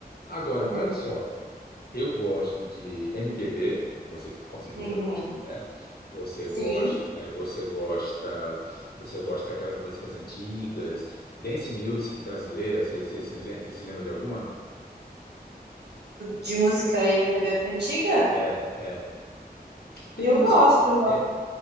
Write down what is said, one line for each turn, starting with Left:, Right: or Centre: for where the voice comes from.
Left: Agora,
Right: Uhum,
Left: olha só. Eu gosto de MPB, você com certeza
Right: uhum.
Left: gosta, né? Você
Right: Sim,
Left: gosta, é, você gosta, você gosta daquelas músicas antigas, dance music brasileira, você você- você lem- você se lembra de alguma?
Right: de música MPB antiga?
Left: É, é. Tem
Right: Eu
Left: umas
Right: gosto,
Left: que
Right: eu gosto
Left: é,